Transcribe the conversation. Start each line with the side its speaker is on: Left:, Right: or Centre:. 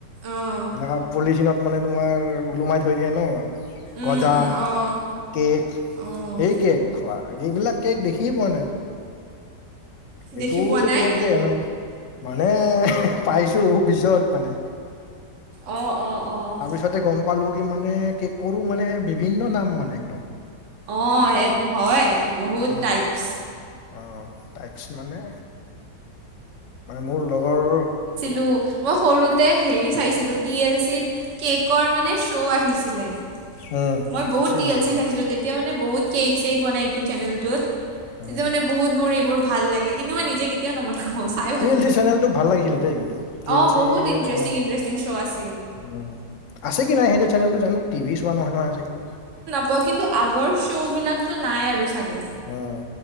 Right: অঁ
Left: এনেকা পলিথিনত মানে তোমাৰ ওলোমাই থৈ দিয়ে ন'।
Right: উম
Left: গজা,
Right: উম অঁ
Left: কেক
Right: অঁ
Left: সেই কেক খোৱা এইবিলাক কেক দেখিয়ে পোৱা নাই। এইটো
Right: দেখি পোৱা
Left: যে
Right: নাই
Left: কেক যেই ন'। মানে পাইছো পিছত মানে।
Right: অ', অ', অ'।
Left: মুঠছতে গ'ম পালোঁ কি মানে কেকওৰো মানে বিভিন্ন নাম মানে একদম।
Right: অ' সেই হয় বহুত
Left: অ
Right: টাইপছ।
Left: অ, টাইপছ মানে, মানে মোৰ লগৰ
Right: লো। মই সৰুতে হেৰি চাইছিলোঁ টি এল চিত কেকৰ মানে শ্ব' আহিছিলে।
Left: উম
Right: মই বহুত
Left: আছিলে
Right: টি এল চি
Left: অ
Right: চাইছিলো তে তেতিয়া মানে বহুত কেক, চেক বনাই এইটো চেনেলতটোত
Left: উম
Right: তেতিয়া মানে বহুত মোৰ এইবোৰ ভাল লাগে। কিন্তু মই নিজে কেতিয়া নবনাওঁ চাই
Left: টি
Right: ভাল
Left: এল
Right: লাগে।
Left: চি চেনেলটো ভাল লাগিছিলে দেই কিন্তু টি
Right: অঁ
Left: এল চি।
Right: বহুত ইণ্টাৰেষ্টিং
Left: অ
Right: ইণ্টাৰেষ্টিং শ্ব' আছিল
Left: উম, আছে কি নাই সেইটো চেনেলটো জানো টিভি চোৱা নহয়, নহয় আজিকালি।
Right: ব কিন্তু আগৰ শ্ব'বিলাকতো নাই আৰু চাগে।
Left: উম,